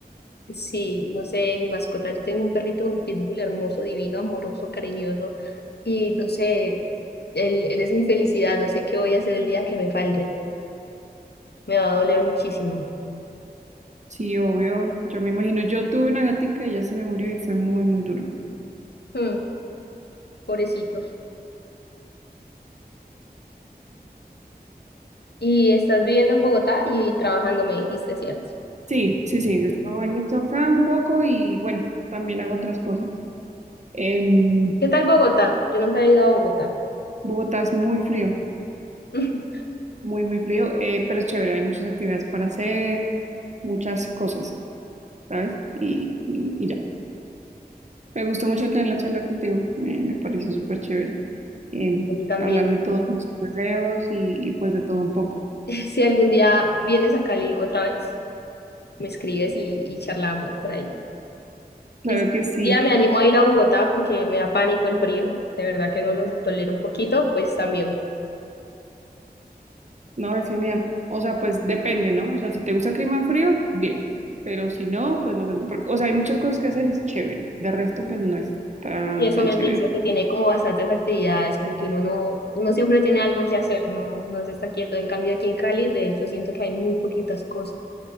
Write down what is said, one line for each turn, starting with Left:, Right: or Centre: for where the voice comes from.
Left: Sí, no sé, mi mascota, yo tengo un perrito, un pitbull hermoso, divino, amoroso, cariñoso, y no sé, él, él es mi felicidad, no sé qué voy a hacer el día que me falte, me va a doler muchísimo.
Right: Sí, obvio. Yo me imagino, yo tuve una gatica y ya se me murió y fue muy, muy duro.
Left: Mm, pobrecitos. Y estás viviendo en Bogotá y trabajando, me dijiste, ¿cierto?
Right: Sí, sí, sí. Yo trabajo en esto acá un poco y bueno, también hago otras cosas. Em,
Left: ¿Qué tal Bogotá? Yo nunca he ido a Bogotá.
Right: Bogotá es muy frío,
Left: <laughs>
Right: muy, muy frío, eh, pero es chévere. Hay muchas actividades para hacer, muchas cosas, ¿sabes? Y, y, y ya. Me gustó mucho tener la charla contigo, me, me pareció súper chévere em,
Left: A mí también.
Right: hablar de todos nuestros deseos y, y pues de todo un poco.
Left: <laughs> Si algún día vienes a Cali otra vez, me escribes y, y charlamos por ahí.
Right: Claro
Left: Y si
Right: que
Left: algún
Right: sí,
Left: día me animo a ir a Bogotá porque me da pánico el frío, de verdad que no los tolero un poquito, pues también.
Right: no, es genial. O sea, pues depende, ¿no? O sea, si te gusta el clima frío, bien, pero si no, pues no tanto, porque, o sea, hay muchas cosas que hacer, es chévere. De resto, pues no es tan,
Left: Y eso
Right: tan
Left: me
Right: chévere.
Left: han dicho que tiene como bastantes actividades, como que uno no, uno siempre tiene algo que hacer, no, no se está quieto. En cambio aquí en Cali, de hecho, siento que hay muy poquitas cosas.